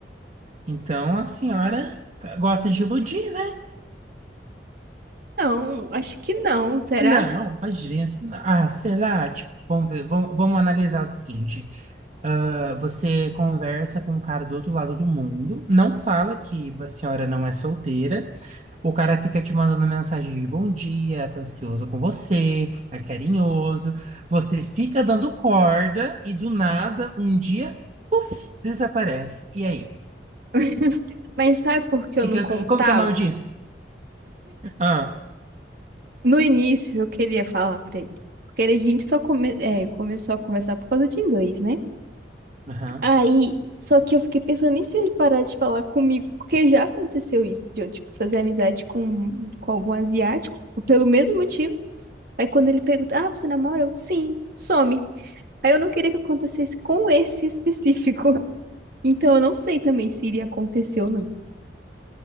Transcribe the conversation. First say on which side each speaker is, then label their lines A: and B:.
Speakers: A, on the right; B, on the right.
A: Então a senhora gosta de iludir, né?
B: Não, acho que não, será?
A: Não, imagina. Ah, será? Tipo, vamos ver, vamos, vamos analisar o seguinte. Ah, você conversa com um cara do outro lado do mundo, não fala que a senhora não é solteira, o cara fica te mandando mensagem de bom dia, tá ansioso com você, é carinhoso, você fica dando corda e do nada, um dia, puf, desaparece. E aí?
B: <laughs> Mas sabe por que eu
A: Que
B: não
A: que
B: contava?
A: é- como que é o nome disso? Ah,
B: No início eu queria falar pra ele. Porque a gente só come- é, começou a conversar por causa de inglês, né?
A: aham.
B: Aí, só que eu fiquei pensando, e se ele parar de falar comigo? Porque já aconteceu isso, de eu, tipo, fazer amizade com, com algum asiático, pelo mesmo motivo. Aí quando ele pergunta, ah, você namora? Eu, sim, some. Aí eu não queria que acontecesse com esse específico. <laughs> Então eu não sei também se iria acontecer ou não.